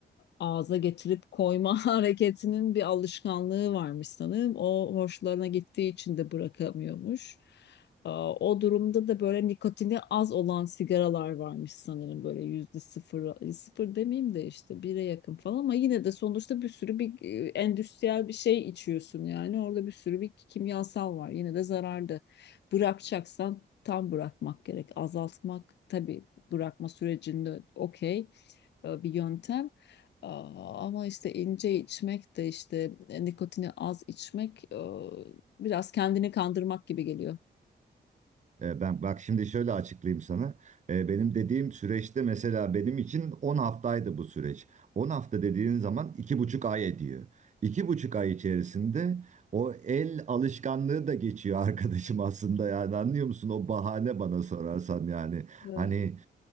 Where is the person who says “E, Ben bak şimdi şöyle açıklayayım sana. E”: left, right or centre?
Right